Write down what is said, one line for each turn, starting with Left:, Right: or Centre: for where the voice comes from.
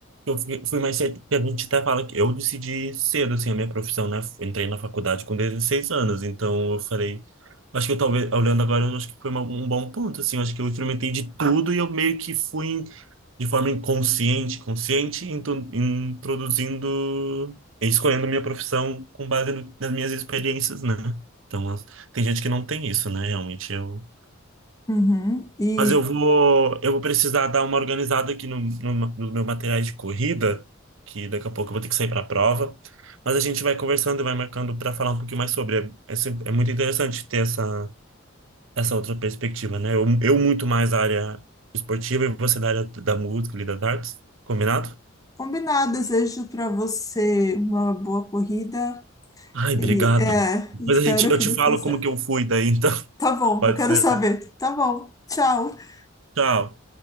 Right: eu fui fui mais cedo, que a gente até fala que eu decidi cedo, assim, a minha profissão, né? Entrei na faculdade com 16 anos, então eu falei, acho que eu talvez, olhando agora, eu acho que foi uma- um bom ponto, assim, eu acho que eu experimentei de tudo e eu meio que fui de forma inconsciente, consciente, intu- introduzindo e escolhendo minha profissão com base no- nas minhas experiências, né? Então, as- tem gente que não tem isso, né? Realmente eu.
Left: uhum, e
Right: Mas eu vou, eu vou precisar dar uma organizada aqui no, no, nos meus materiais de corrida, que daqui a pouco eu vou ter que sair para a prova. Mas a gente vai conversando e vai marcando para falar um pouquinho mais sobre. É, é, sempre- é muito interessante ter essa, essa outra perspectiva, né? Eu, eu muito mais da área esportiva e você da área da música e das artes. Combinado?
Left: Combinado, desejo para você uma boa corrida
Right: Ai,
Left: e
Right: obrigado.
Left: é,
Right: Depois
Left: espero
Right: a gente, eu
Left: que
Right: te
Left: dê
Right: falo
Left: tudo certo.
Right: como que eu fui daí, então. <laughs>
Left: Tá bom,
Right: Pode
Left: eu quero
Right: ser.
Left: saber. Tá bom, tchau.
Right: Tchau.